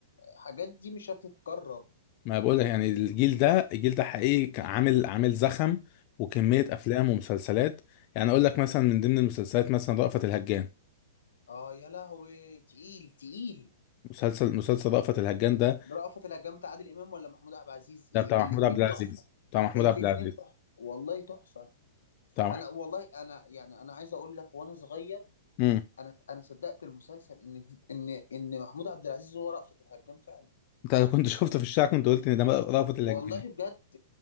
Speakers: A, on the left; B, on the left.
A: الحاجات دي مش هتتكرر
B: ما بقول لك يعني الجيل ده الجيل ده حقيقي كان عامل عامل زخم وكمية أفلام ومسلسلات يعني أقول لك مثلا من ضمن المسلسلات مثلا رأفت الهجان
A: اه يا لهوي تقيل تقيل
B: مسلسل مسلسل رأفت الهجان ده
A: رأفت الهجان بتاع عادل امام ولا محمود عبد العزيز يا-
B: ده بتاع
A: الاتنين
B: محمود عبد العزيز
A: تحفة
B: بتاع محمود
A: الاتنين
B: عبد العزيز
A: تحفة والله تحفة
B: بتاع محمود
A: انا والله انا يعني انا عايز اقول لك وانا صغير
B: امم
A: انا انا صدقت المسلسل ان دي ان ان محمود عبد العزيز هو رأفت الهجان فعلا
B: انت لو كنت <laughs> شفته في الشارع كنت قلت ان ده رأفت الهجان
A: والله بجد